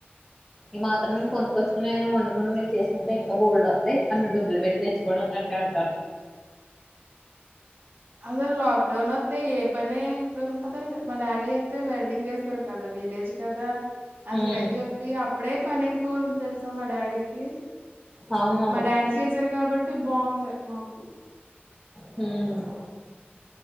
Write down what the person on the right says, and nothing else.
అసలు లాక్ డౌన్ వస్తే ఏ పనే అప్పుడు ఉంటది మా డాడీ అయితే వెల్డింగ్ చేసేవడు కదా విలేజ్ కదా అందుకని
చెప్పి అప్పుడే పనే కుంత తెల్సా మ డాడికి
మా డాడీ చేసారు కాబట్టి బావుండే మాకు